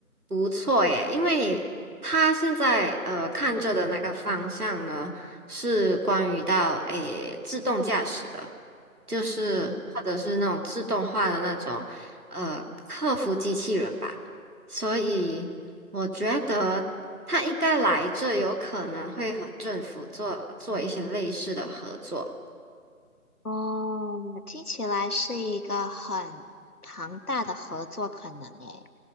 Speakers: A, on the right; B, on the left.
A: 不错耶，因为他现在呃看着的那个方向呢，是关于到诶自动驾驶的，就是或者是那种自动化的那种呃客服机器人吧，所以我觉得他应该来这有可能会和政府做做一些类似的合作。
B: 哦，听起来是一个很庞大的合作可能诶。